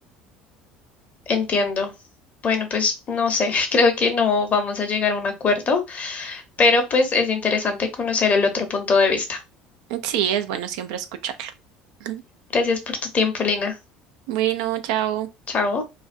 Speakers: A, on the left; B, on the right.
A: Entiendo. Bueno, pues no sé, <laughs> creo que no vamos a llegar a un acuerdo, pero pues es interesante conocer el otro punto de vista.
B: Sí, es bueno siempre escucharlo. <laughs>
A: Gracias por tu tiempo, Lina.
B: Bueno, chao.
A: Chao.